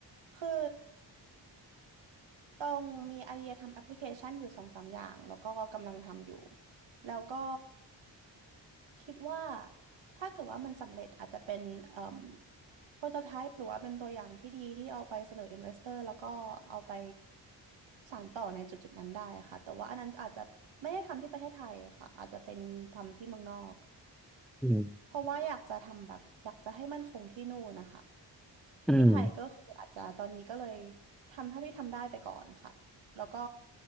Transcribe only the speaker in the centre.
อืม
อืม